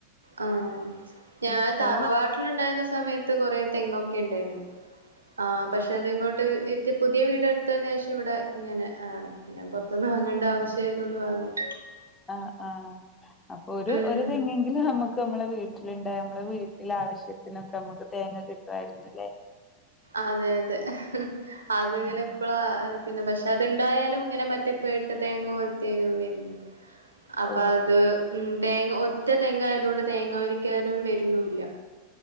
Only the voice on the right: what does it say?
ആഹ്, ഞങ്ങള്
തറവാട്ടിലുണ്ടായിരുന്ന സമയത്ത് കൊറെ തെങ്ങൊക്കെ ഇണ്ടായിരുന്നു. ആഹ് പക്ഷെ അത് ഇങ്ങോട്ട് വിറ്റ് പുതിയ വീടെ എടുത്തതിനു ശേഷം ഇവിടെ ഇങ്ങനെ ആണ് പിന്നെ പുറ ത്തുന്ന് വാങ്ങേണ്ട
ആവശ്യമായതു കൊണ്ട് വാങ്ങും.
ഉം
അതെ അതെ ഹ് ഹ് അതിങ്ങനെ
ഇപ്പളാ ആക്കിയത്, പക്ഷെ അത്ണ്ടായാലും ഇങ്ങനെ മറ്റേ പേട്ട് തേങ്ങ പോൽത്തേണ് വരുന്നത്. അപ്പൊ
അത് ഉം, തേങ്ങ ഒറ്റ തെങ്ങ് ആയതുകൊണ്ട് തേങ്ങ വലി ക്കാനും വരുന്നൂല്ല,